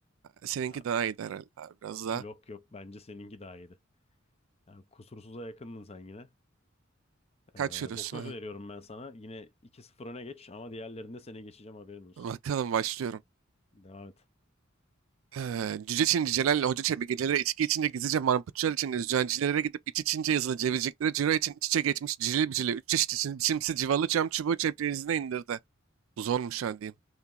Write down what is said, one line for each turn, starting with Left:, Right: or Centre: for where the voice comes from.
Right: Ee, Seninki
Left: Ya,
Right: daha iyi herhalde abi. Biraz daha
Left: yok yok bence seninki daha iyiydi. Yani kusursuza yakındın sen yine.
Right: kaçıyorsun
Left: Ee, 9
Right: abi.
Left: veriyorum ben sana. Yine iki 0 öne geç ama diğerlerinde seni geçeceğim haberin olsun.
Right: Bakalım başlıyorum.
Left: Devam et.
Right: Ee, Cüce Çin Celal ile Hoca Çebi geceleri içki içince gizlice marputçular için zücancilere gidip iç içince yazılı cevizciklere ciro için iç içe geçmiş cilil bicili üç çeşit için biçimsiz civalı cam çubuğu ceplerinize indirdi. Bu zormuş ha diyeyim.